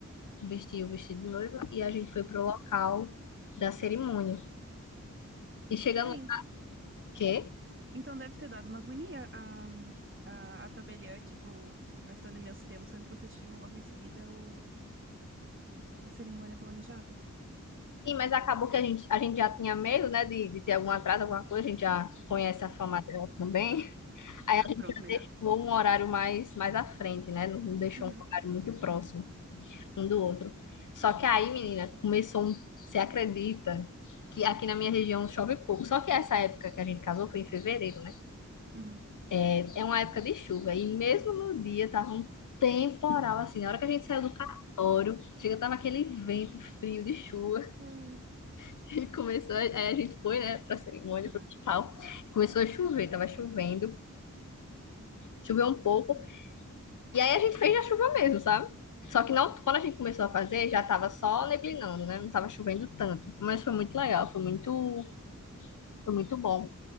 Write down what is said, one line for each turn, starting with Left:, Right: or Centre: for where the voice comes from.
Left: Vestir o vestido de noiva e a gente foi pro local da cerimônia. E chegando.
Right: Ai,
Left: Quê?
Right: Então deve ter dado uma agonia a, a, a tabeliã, tipo, gastando imenso tempo, sendo que vocês tinham logo em seguida o, a cerimônia planejada.
Left: Sim, mas acabou que a gente, a gente já tinha medo, né, de, de ter algum atraso, alguma coisa, a gente já conhece a forma dela também. Aí
Right: Ah,
Left: a gente
Right: pronto,
Left: já
Right: melhor.
Left: deixou um horário mais, mais à frente, né? Não não deixou
Right: Uhum,
Left: um horário muito próximo um do outro. Só que aí, menina, começou um. Você acredita que aqui na minha região chove pouco? Só que essa época que a gente casou foi em fevereiro, né?
Right: uhum.
Left: É, é uma época de chuva. E mesmo no dia tava um temporal, assim. Na hora que a gente saiu do cartório, chega, tava aquele vento frio de chuva. <laughs>
Right: Ai,
Left: E começou. Aí a gente foi, né, pra cerimônia,
Right: aham.
Left: pro hospital. Começou a chover, tava chovendo. Choveu um pouco. E aí a gente fez na chuva mesmo, sabe? Só que não, quando a gente começou a fazer, já tava só neblinando, né? Não tava chovendo tanto. Mas foi muito legal, foi muito, foi muito bom.